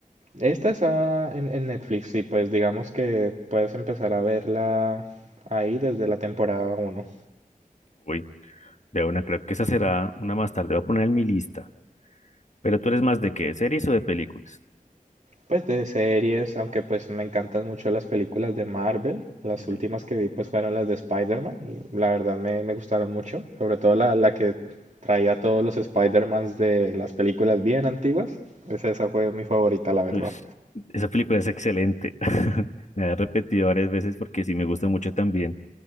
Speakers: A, on the right (about 55°); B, on the left (about 55°).
A: Esta está en, en Netflix y pues digamos que puedes empezar a verla ahí desde la temporada uno
B: Uy, de una, creo que esa será una más tarde. Voy a poner en mi lista. Pero tú eres más de qué, series o de películas?
A: Pues de series, aunque pues me encantan mucho las películas de Marvel. Las
B: Mm,
A: últimas que vi pues fueron las de Spider-Man y la verdad me, me gustaron mucho. Sobre todo la, la que traía todos los Spider-Mans de las películas bien antiguas. Esa, esa fue mi favorita, la verdad.
B: Pues esa película es excelente. <laughs> Me la he repetido varias veces porque sí me gusta mucho también.